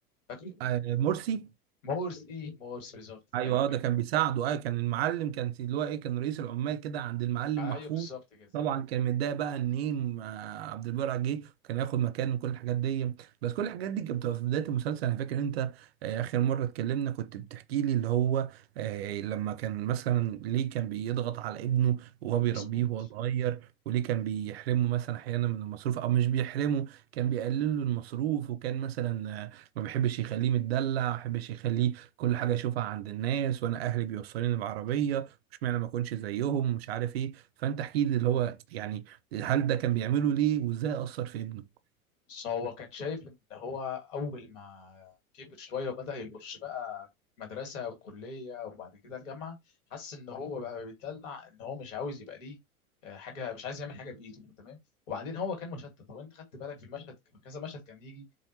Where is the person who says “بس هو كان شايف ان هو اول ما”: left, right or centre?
Left